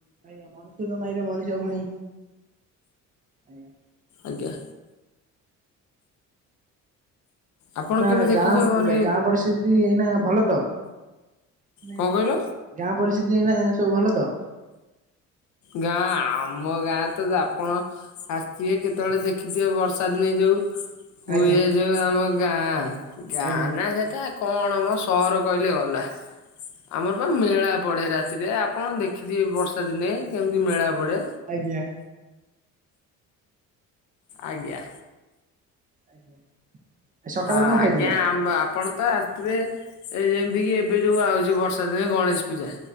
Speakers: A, on the right; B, on the left.
A: ଆଜ୍ଞା ମଣିଷର ନାଇଁରେ ମଣିଷ ଫୁଣି ଆଜ୍ଞା।
B: ଆଜ୍ଞା। ଆପଣ
A: ଏ
B: କେବେ ଦେଖିଛ
A: ଗାଁ
B: ମାନେ
A: ଗାଁ ପରିସ୍ଥିତି ଏଇନା ଭଲ ତ? ମାନେ
B: କ'ଣ କହିଲ
A: ଗାଁ ପରିସ୍ଥିତି ସବୁ ଭଲ ତ
B: ଗାଁ ଆମ ଗାଁ ତ ଆପଣ ଆସିଥିବେ କେତେବେଳେ ଦେଖିଥିବେ ବର୍ଷା ଦିନେ ଯୋ ତୁହୁଏ
A: ଆଜ୍ଞା
B: ଯୋଉ ଆମ ଗାଁ ଗାଁ
A: ଆଜ୍ଞା
B: ନା ସେଟା କଣ ମୋ ସହର କହିଲେ ଗଲା ଆମର ବା ମେଳା ପଡେ ରାତିରେ ଆପଣ ଦେଖିଥିବେ ବର୍ଷା ଦିନେ କେମିତି ମେଳା। ପଡ଼େ
A: ଆଜ୍ଞା।
B: ଆଜ୍ଞା।
A: ଆଜ୍ଞା। ସକାଳୁ
B: ହଁ
A: କଣ
B: ଆଜ୍ଞା
A: ଖାଇଥିଲ
B: ଆପଣ ତ ଆସିଥିବେ ଏ ଯେମିତି କିି ଏବେ ଯୋଉ ଆଉଛି ବର୍ଷା ଦିନେ ଗଣେଶ ପୂଜା